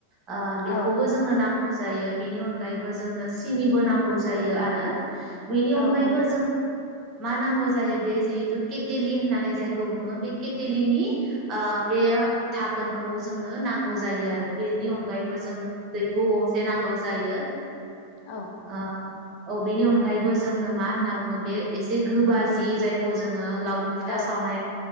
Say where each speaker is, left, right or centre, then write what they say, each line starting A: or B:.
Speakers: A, on the right; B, on the left.
A: ओ बेखौबो
B: औ
A: जोंनो नां जायो बेनि अनगायैबो जोंनो सिनिबो नांगौ जायो आरो बेनि अनगायैबो
B: औ औ नंगौ
A: जों मा नांगौ जायो बे जिहेतु केटेलि होननानै जायखौ बुङो बे केटेलनि आ बे थाखोनखौ जोंनो नांगौ जायो आरो बेनि अनगायैबो जों दैहु गंसे नांगौ जायो।
B: औ
A: आ औ बेनि अनगायैबो जोंनो मा होनना बुङो बे एसे गोबा जि जायखौ जोङो। लावदुम फिथा
B: औ
A: सावनायाव